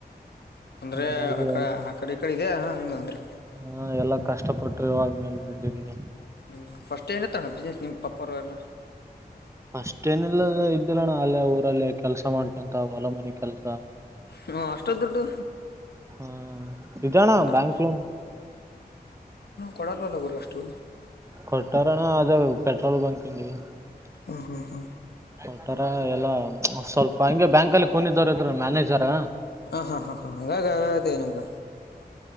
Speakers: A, on the left; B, on the right.
A: ಅಂದ್ರೆ
B: ಹಂಗಾಗಿ
A: ಅ ಆ ಕಡೆ ಈ ಕಡೆ ಇದೆ ನಿ ಅಂದ್ರೆ
B: ಹಾ ಎಲ್ಲಾ ಕಷ್ಟಪಟ್ಟು ಇವಾಗ ಮೇಲೆ ಬಂದಿದೀಗ
A: ಹ್ಮ್ ಫಸ್ಟ್ ಏನತ್ತಣ ಬಿಸ್ನೆಸ್ ನಿಮ್ ಪಾಪ ಅವರ ಎಲ್ಲ
B: ಅಷ್ಟೇನಿಲ್ಲ ಇದ್ದಲ್ಲಣ್ಣ ಅಲ್ಲೇ ಊರಲ್ಲೇ ಕೆಲ್ಸ ಮಾಡ್ಕೊಂತ ಬಲ ಮನೆಿ ಕೆಲ್ಸ
A: ಹ ಅಷ್ಟೊ ದುಡ್ಡು
B: ಹ್ಮ್ ಇದಣ
A: ಅಷ್ಟ
B: ಬ್ಯಾಂಕ್
A: ಅಷ್ಟು
B: ಲೋನ್
A: ಕೊಡಲ್ಲ ಅಲ್ಲ ಗುರು ಅಷ್ಟು
B: ಕೊಟ್ಟಾರಣ ಆದ ಪೆಟ್ರೋಲ್ ಬಂಕ್ಂಗಿವಿದೆ
A: ಹ್ಮ್ ಹ್ಮ್ ಹ್ಮ್
B: ಹತಾರ ಎಲ್ಲಾ ಸ್ವಲ್ಪ ಹಂಗೆ ಬ್ಯಾಂಕಲ್ಲಿ ಕೂನಿದ್ದ ಇದ್ರು ಮ್ಯಾನೇಜರ್ ಹಾ
A: ಹ ಹಾ ಹಾ ಹಾ ಹಂಗಾಗ ಅದೇ ನಿಮ್ಗ